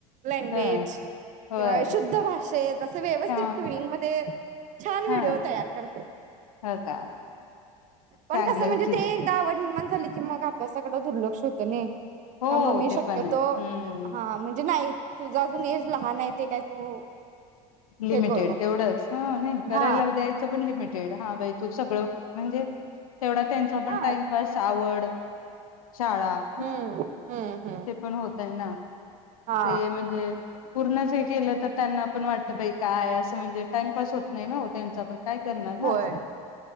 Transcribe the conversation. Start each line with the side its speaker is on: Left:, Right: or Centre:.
Right: लँग्वेज
Left: ह बर
Right: किंवा शुद्ध भाषेत असं व्यवस्थित
Left: ह
Right: ट्विंग मध्ये छान
Left: ह
Right: व्हिडिओ तयार करतय.
Left: हो का
Right: पण
Left: चांगलं
Right: कसं म्हणजे
Left: आहे की
Right: ते एकदा आवड निर्माण झालं की मग अभ्यासाकड दुर्लक्ष होतं नई. त्यामुळे
Left: हो
Right: मी
Left: ते
Right: शक्यतो
Left: पण आहे हम्म
Right: हा म्हणजे नाही तुझा अजून एज लहान आहे ते काय तू
Left: लिमिटेड
Right: हे करू नको
Left: तेवढंच. हां नाही करायला
Right: हा
Left: लावू द्यायचं पण लिमिटेड हा बाई तू सगळं खूप म्हणजे तेवढा त्यांचा पण
Right: हा
Left: टाइमपास, आवड, शाळा
Right: हम्म हम्म हम्म
Left: ते पण होतं - त्यांना
Right: हा
Left: ते म्हणजे - पूर्ण जे केलं तर त्यांना पण वाटत बाई काय असं म्हजे टाईमपास होत नाही ना वो त्यांचा पण काय करणार ना
Right: होय
Left: असं